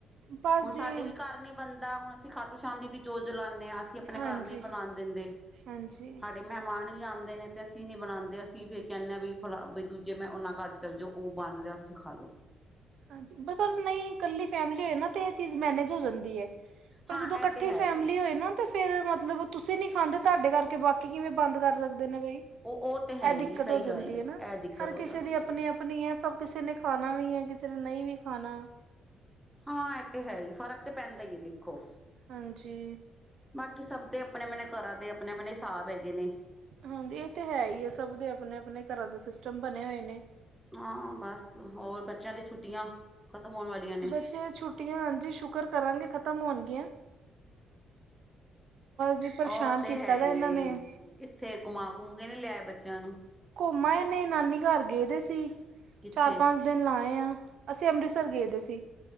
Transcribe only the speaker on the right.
ਬਸ
ਜੀ
ਹਾਂਜੀ
ਹਾਂਜੀ
ਹਾਂਜੀ ਬ ਪਰ ਨਈ ਕੱਲੀ ਫੈਮਲੀ ਹੋਏ ਨਾ ਤੇ ਏ ਚੀਜ਼ ਮੈਨੇਜ ਹੋ ਜਾਂਦੀ ਏ। ਪਰ
ਜਦੋਂ ਕੱਠੇ
ਫੈਮਲੀ
ਹੋਏ ਨਾ ਤੇ ਫੇ ਫੇਰ ਮਤਲਬ ਤੁਸੀਂ ਨੀ ਖਾਂਦੇ ਤਾਡੇ ਕਰਕੇ ਬਾਕੀ ਕਿਵੇਂ ਬੰਦ ਕਰ ਸਕਦੇ ਨੇ ਬਈ।
ਐ
ਦਿੱਕਤ
ਹੋ ਜਾਂਦੀ
ਏ ਨਾ
ਹਰ ਕਿਸੇ
ਦੀ ਆਪਣੀ-ਆਪਣੀ
ਆਪਣੀ ਐ ਸਭ ਕਿਸੇ ਨੇ ਖਾਣਾ ਵੀ ਐ ਕਿਸੇ ਨੇ ਨਈ ਵੀ ਖਾਣਾ।
ਹਾਂਜੀ।
ਹਾਂਜੀ ਏ ਤੇ ਹੈ ਈ ਐ ਸਭ ਦੇ ਅਪਣੇ-ਅਪਣੇ ਘਰਾਂ ਦੇ ਸਿਸਟਮ ਬਨੇ ਹੋਏ ਨੇ।
ਬੱਚਿਆ ਦੀ ਛੁੱਟੀਆ ਹਾਂਜੀ ਸ਼ੁਕਰ ਕਰਾਂਗੇ ਖ਼ਤਮ ਹੋਣਗੀਆ। ਜੀ ਪਰੇਸ਼ਾਨ
ਕੀਤਾ
ਦਾ
ਇਹਨਾਂ
ਨੇ।
ਘੁੰਮ ਆਏ ਨੇ ਨਾਨੀ ਕਰ ਗਏ ਦੇ ਸੀ
ਚਾਰ-ਪੰਜ ਦਿਨ ਲਾਏ ਆ ਅਸੀਂ ਅੰਮ੍ਰਿਤਸਰ ਗਏ ਦੇ ਸੀ।